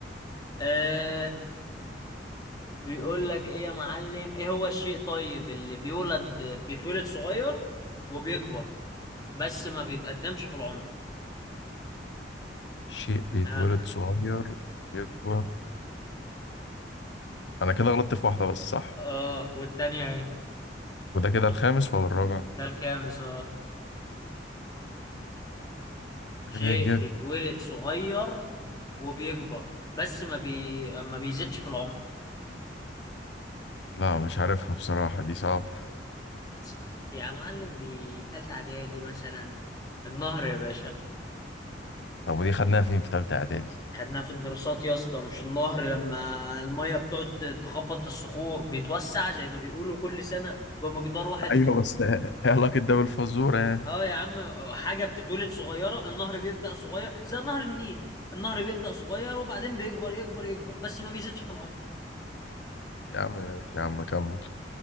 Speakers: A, on the left; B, on the left.
A: آه بيقول لك ايه يا معلم ايه هو الشيء طيب اللي بيولد بيتولد صغير وبيكبر بس ما بيتقدمش في العمر
B: شيء بيتولد
A: ها
B: صغير ويكبر انا كده غلطت في واحدة بس صح
A: اه والتانية اهي
B: وده كده الخامس ولا الرابع
A: ده الخامس اه شيء
B: ايه جبت
A: بيتولد صغير وبيكبر بس ما بي ما بيزيدش في العمر
B: لا مش عارفها بصراحة دي صعبة
A: أس- يا معلم دي تالتة اعدادي مثلا النهر يا باشا
B: طب ودي خدناها فين في تالتة اعدادي
A: خدناها في الدراسات يا اسطى مش النهر لما المية بتقعد تخبط في الصخور بيتوسع زي ما بيقولوا كل سنة بمقدار واحد
B: ايوه
A: و...
B: بس ايه علاقة ده بالفزورة يعني
A: اه يا عم حاجة بتتولد صغيرة النهر بيبدأ صغير زي نهر النيل النهر بيبدأ صغير وبعدين بيكبر يكبر يكبر بس ما بيزيدش في العمر
B: يا عم ماشي يا عم كمل